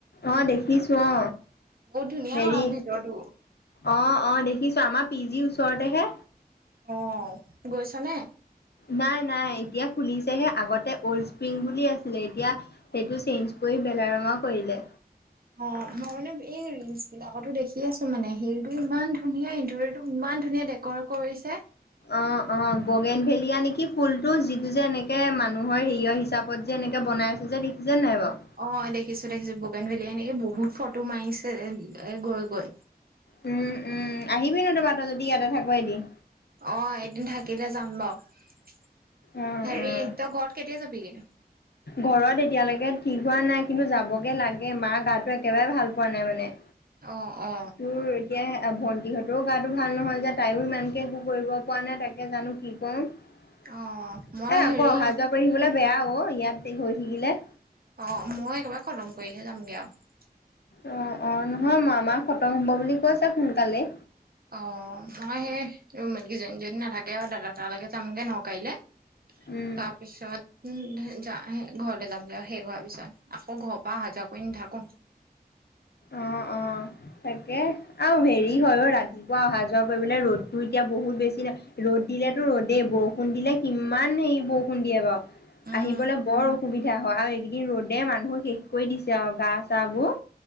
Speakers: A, on the left; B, on the right.
A: অ দেখিছো অ
B: বহুত ধুনীয়া
A: হেৰি।
B: হয় ভিতৰতো
A: অ অ দেখিছো আমাৰ পি জি ওচৰতেহে
B: অ গৈছ নে।
A: নাই -নাই এতিয়া খুলিছেহে আগতে অল্ড স্প্ৰিং বুলি আছিলে এতিয়া সেইটো চেঞ্জ গৈ বেলাৰমা কৰিলে
B: অ মই মানে এই ৰিলচ বিলাকতো দেখি আছো মানে শিলটো ইমান ধুনীয়া ইণ্টটো ইমান ধুনীয়া ডেক'ৰেট কৰিছে
A: অ', অ বগেন ভেলীয়া নেকি ফুলটো যিটো যে এনেকে মানুহৰ হেৰিয় হিচাপত যে এনেকে বনাই যে দেখিছে নাই বাৰু?
B: অ দেখিছো -দেখিছো বগেন ভে এনেকে বহুত ফটো মাৰিছে এ এ গৈ গৈ।
A: উম উম আহিবি ন তোমাত ত যদি ইয়াতে থাক এদিন।
B: অ এদিন থাকিলে যাম বাৰু,
A: অ',
B: হেৰি
A: অ'।
B: তই ঘৰত কেতিয়া যাবিগে
A: ঘৰত এতিয়ালৈকে ঠিক হোৱা নাই কিন্তু যাবগে লাগে মা গাটো একেবাৰে ভাল পোৱা নাই মানে।
B: অ অ
A: তোৰ এতিয়া ভন্টি সিহঁতেও গাো ভাল নহয় যে তাইও ইমানকে একো কৰিব পৰা নাই তাকে জানো কি কওঁ। এ
B: অ মই হেৰি
A: আকৌ অহা যোৱা কৰি থিবলৈ বেয়া অ ইয়াতে গৈ থাকিলে।
B: অ মই একেবাৰে খতম কৰিহে যামগে আৰু।
A: অ -অ নহয়, মই মামাক খতম হ'ব বুলি কৈছা সোনকালেই।
B: অ মই সেইজনীজনী নালাগে আৰু দাদা তালৈকে যামগে ন কাইলে ।
A: উম
B: তাৰপিছত উ য। আহ সে ঘৰলৈ যামগে আৰু শেষ হোৱাৰ পিছত আকৌ ঘৰৰ পৰা অহা যোৱা কৰি নাথাকো।
A: অ -অ তাকে আৰু হেৰি
B: উম,
A: হয় অ ৰাতি পোৱা অহা যোৱা কৰিবলে ৰ'দতো এতিয়া বহুত বেছি নাই ৰ'দ দিলেতো ৰ'দেই বৰষুণ দিলে কিমান হে বৰষুণ দিয়ে বাৰু
B: উম।
A: আহিবলৈ বৰ অসুবিধা হয় আৰু এইকেই কি ৰ'দে
B: এ
A: মানুহক শেষ কৰি দিছে আৰু গা চাহ বোৰ